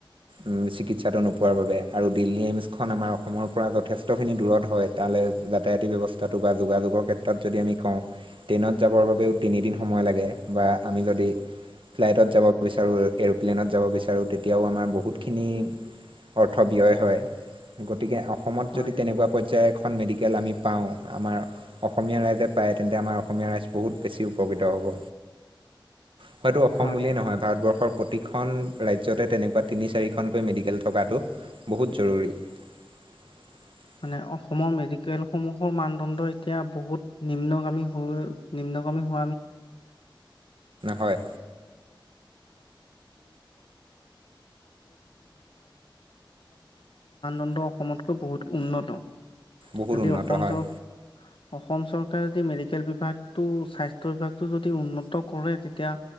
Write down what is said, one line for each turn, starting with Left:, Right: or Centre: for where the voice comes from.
Right: উম, চিকিৎসাটো নোপোৱাৰ বাবে আৰু দিল্লী এইমছ খন আমাৰ অসমৰ পৰা যথেষ্ট খিনি দূৰত হয়, তাত <unintelligible> যাতায়তি ব্যৱস্থাটো বা যোগাযোগৰ ক্ষেত্ৰত যদি আমি কওঁ, ট্ৰেইনত যাবৰ বাবেও‌ তিনিদিন সময় লা লাগে বা আমি যদি ফ্লাইটত যাব বিচাৰোঁ, এৰ'প্লেনত যাব বিচাৰোঁ তেতিয়াও আমাৰ বহুতখিনি অৰ্থ ব্যয় হয় গতিকে অ' অসমত
Left: হয়
Right: যদি তেনেকুৱা পৰ্যায়ৰ এখন মেডিকেল আমি পাওঁ, আমাৰ অসমীয়া ৰাইজে পায়। তেন্তে আমাৰ অসমীয়া ৰাইজ বহুত বেছি উপকৃত হ'ব। হয়তটো অসম
Left: হয়
Right: বুলিয়ে নহয় ভাৰতবৰ্ষৰ খন ৰাজ্যতে তেনেকুৱা তিনি চাৰিখনকৈ মেডিকেল থকাটো বহুত জৰুৰী <unintelligible>
Left: মানে অসমৰ মেডিকেলসমূহৰ মানদণ্ড এতিয়া বহুত নিম্নগামী হৈ নিম্নগামী ব
Right: হয়
Left: ব ণ্ড অসমতকৈ বহুত উন্নত
Right: বহুত
Left: যদি
Right: উন্নত
Left: অসম
Right: হয়।
Left: চৰকাৰ অসম চৰকাৰে যদি মেডিকেল বিভাগটো স্বাস্থ্য বিভাগতটো যদি উন্নত কৰে তেতিয়া